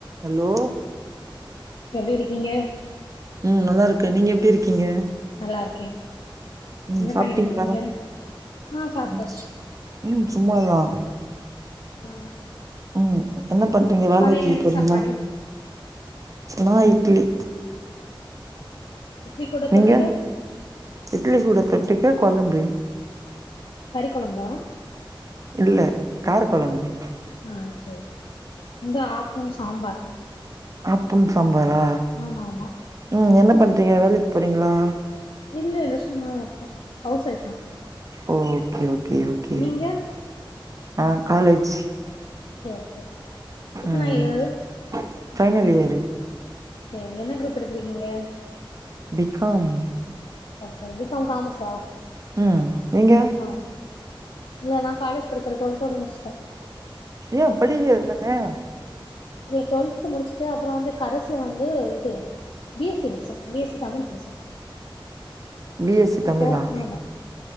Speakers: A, on the right; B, on the left.
A: Hello
B: எப்டி இருக்கீங்க
A: ம் நல்லா இருக்கே நீங்க எப்டி இருக்கீங்க
B: நல்லா இருக்கே
A: ம்
B: என்ன
A: சாப்ட்டீங்களா
B: பண்ணிட்டு இருக்கீங்க ஆ சாப்டாச்சு
A: ம் ம் சும்மாதா
B: ஆ
A: ம் என்ன பண்றீங்க வேலைக்கி
B: காலைல என்ன
A: போறீங்களா
B: சாப்பாடு
A: நா இட்லி
B: இட்லி கூட தொட்டுக்க
A: நீங்க இட்லி கூட தொட்டுக்க கொழம்பு
B: கறி கொழம்பா
A: இல்ல கார கொழம்பு
B: ஆ சேரி சேரி இங்க ஆப்பம் சாம்பார்
A: ஆப்பம் சாம்பாரா
B: ஆமா ஆமா
A: ம் என்ன பண்றீங்க வேலைக்கி போறீங்களா
B: இல்ல இல்ல சும்மாதா இருக்கே ஹவுஸ் ஒய்ஃப்தா
A: ஓ ஓகே ஓகே ஓகே
B: நீங்க
A: நா காலேஜ்
B: சேரி சேரி எத்தன
A: ம் ம்
B: இயர்
A: ஃபைனல் இயர்
B: சேரி என்ன குரூப் எடுத்திருக்கீங்க
A: B com
B: okay B com காமஸ்ஸா
A: ம் நீங்க
B: ஆ இல்ல நா காலேஜ் படிக்கல டுவல்த்தோட முடிச்சுட்டே
A: ஏ படிக்கிறது தானே
B: இது டுவெல்த் முடிச்சுட்டு அப்பறோ வந்து கரசுல வந்து இது பி எஸ் சி படிச்சே பி எஸ் சி தமிழ் படிச்சே
A: பி எஸ் சி தமிழா
B: ஓ ஆமா